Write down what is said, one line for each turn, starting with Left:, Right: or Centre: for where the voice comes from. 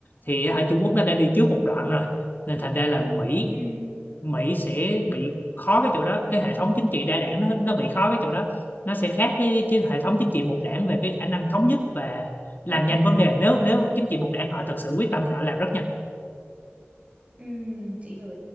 Left: thì ờ, Trung Quốc nó đã đi trước một đoạn rồi nên thành ra là Mỹ
Right: ừ.
Left: Mỹ sẽ bị khó cái chỗ đó cái hệ thống chính trị đa đảng nó nó bị khó cái chỗ đó nó sẽ khác cái, cái hệ thống chính trị một đảng về cái khả năng thống nhất và làm nhanh vấn đề nếu nếu chính trị một đảng họ thực sự quyết tâm thì họ làm rất nhanh
Right: Ừm, chị hiểu